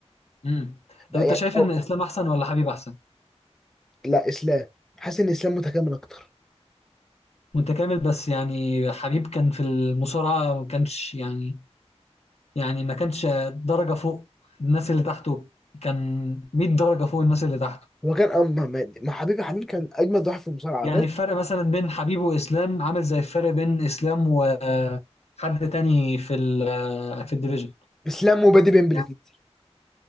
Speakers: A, on the left; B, in the centre.
A: امم
B: بقى
A: طب انت
B: يعني
A: شايف
B: أو
A: ان اسلام احسن ولا حبيب احسن
B: لا اسلام حاسس ان اسلام متكامل اكتر
A: متكامل بس يعني حبيب كان في المصارعة ما كانش يعني يعني ما كانش درجة فوق الناس اللي تحته كان 100 درجة فوق الناس اللي تحته
B: هو كان اه ما ما- ما حبيبي حبيبي كان اجمد واحد في المصارعه
A: يعني
B: بس
A: الفرق مثلا بين حبيب واسلام عامل زي الفرق بين اسلام وحد تاني في ال- في الديفيجن
B: اسلام وبادي بيمبل
A: يعني
B: الاتنين.